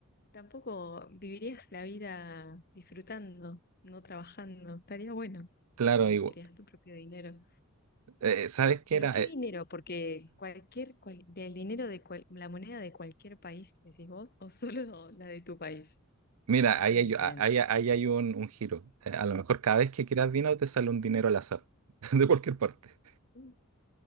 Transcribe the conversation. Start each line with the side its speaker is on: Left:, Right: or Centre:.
Left: tampoco vivirías la vida disfrutando, no trabajando, estaría bueno
Right: Claro,
Left: también,
Right: igual.
Left: creas tu propio dinero.
Right: Eh, ¿sabes qué
Left: Pero
Right: era?
Left: ¿qué
Right: Eh,
Left: dinero? Porque cualquier, cual- del dinero de cual- la moneda de cualquier país, decís vos, o solo la de tu país,
Right: mira,
Left: eso
Right: ahí
Left: es
Right: hay,
Left: diferente.
Right: ah, ahí, ahí hay un, un giro. Eh, a lo mejor cada vez que quieras dinero te sale un dinero al azar, <laughs> de cualquier parte.
Left: <laughs>